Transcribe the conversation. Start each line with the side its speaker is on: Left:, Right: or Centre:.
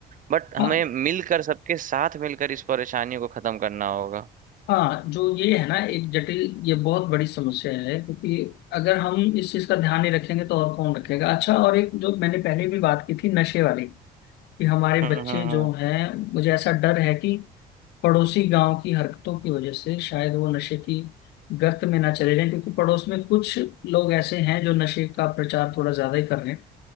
Right: बट हमें
Left: हाँ,
Right: मिलकर सबके साथ मिलकर इस परेशानी को खत्म करना होगा
Left: हाँ जो ये है ना एक जटिल ये बहुत बड़ी समस्या है क्योंकि अगर हम इस चीज का ध्यान नहीं रखेंगे तो और कौन रखेगा अच्छा और एक जो मैंने पहले भी बात की थी नशे वाली कि हमारे
Right: हम्म
Left: बच्चे
Right: हम्म हम्म।
Left: जो हैं मुझे ऐसा डर है कि पड़ोसी गांव की हरकतों की वजह से शायद वो नशे की गर्त में ना चले जाएं क्योंकि पड़ोस में कुछ लोग ऐसे हैं जो नशे का प्रचार थोड़ा ज्यादा ही कर रहे हैं